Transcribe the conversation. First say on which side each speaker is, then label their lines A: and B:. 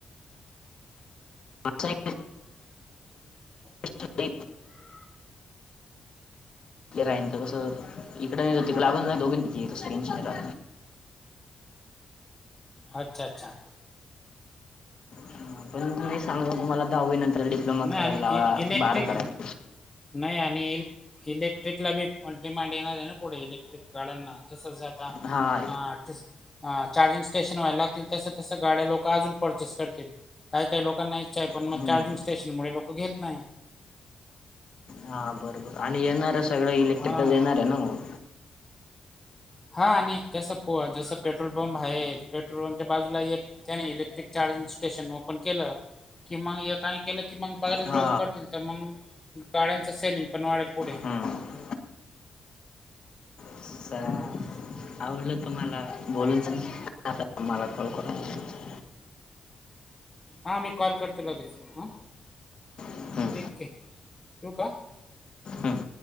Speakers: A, on the left; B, on the left.
A: तुम <unintelligible>
B: <inaudible>
A: ते रा तर कसं, इकडे नाही तिकडं <unintelligible> लागून जाईनच दोघ त
B: अच्छा अच्छा.
A: हा, पण मी सांगू तुम्हाला दहावी नंतर डिप्लोमा
B: नाही
A: करायला
B: आणि इ
A: ला
B: इलेक्ट्रिक
A: बार कराय
B: नाही आणि, इ इलेक्ट्रिकला बी पण बह डिमांड येणार आहे ना पुढे इलेक्ट्रिक गाड्यांना. जसच आता,
A: हा
B: अ हा चार्जिंग स्टेशन व्हायला लागतील तस तसं गाड्या लोकं अजून परचेस करतील,, काही काही लोकांना पण
A: हम्म.
B: मग चार्जिंग स्टेशन मुळे लोकं घेत नाही.
A: हा बरोबर, आणि येणारं सगळं इलेक्ट्रिकच
B: हां
A: येणारे ना मग.
B: हा आणि जसं, पो जसं पेट्रोल पंप आहे, पेट्रोल पंपच्या बाजूला एक त्याने इलेक्ट्रिक चार्जिंग स्टेशन ओपन केलं, की मग ए केलं की मग,, बागरेच
A: हा
B: लोकं करतील तर मग गाड्यांच सेलिंग पण वाढेल पुढे.
A: हम्म चालेल
B: हां.
A: आवडलं तुम्हाला,, बोलून जा तूम्हाला मला कॉल करून
B: हां मी कॉल करतो लगेच,, हां
A: हम्म
B: ठीक आहे ठू का?
A: हम्म